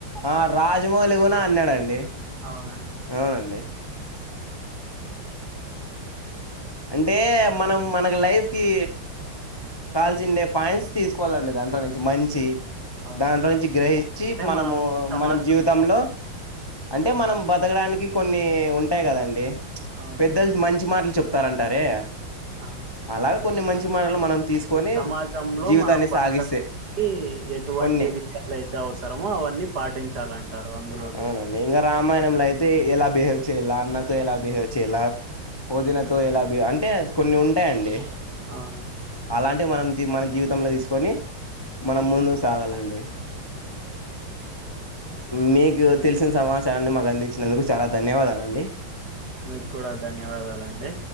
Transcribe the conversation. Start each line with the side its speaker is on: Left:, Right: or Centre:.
Left: ఆ రాజమౌళి కూడా అన్నాడండి
Right: అవునండి
Left: అవునండి అంటే మనం మనకి లైఫ్ కి కాల్చినే పాయింట్స్ తీస్కోవాలండి దాంట్లో నుంచి మంచి
Right: అవునండి
Left: దాంట్లో నుంచి గ్రహించి
Right: అంటే
Left: మనము
Right: మనం సమాజంలో
Left: మనం జీవిత్ లో అంటే మనం బతకడానికి కొన్ని ఉ ఉంటై కదండి
Right: అవునండి
Left: పెద్దలు మంచి మాటలు చెప్తారంటారే
Right: అవు
Left: అలాగ్ కొన్ని మంచి మనల్ని మనం తీసుకొని
Right: సమాజంలో
Left: జీవితాన్ని
Right: మనం బతకడడానికి
Left: సాగిస్తే
Right: ఎటువంటి
Left: కొన్ని
Right: విష అయితే అవసరమో అవన్నీ పాటించాలంటారు అందులోటువి
Left: అవునండి ఇంకా రామాయణంలో అయితే ఎలా బిహేవ్ చేయాల అన్నతో ఎలా బిహేవ్ చేయాల వదినతో ఎలా అంటే కొన్ని ఉంటాయండి
Right: అవును
Left: అలాంటివి మనం మన జీవితంలో తీసుకొని మనం ముందు తగాలండి మీ తెలిసిన సమాచారాన్ని మాకు అందించినందుకు చాలా ధన్యవాదాలండి
Right: మీకు కూడా ధన్యవాదాలండి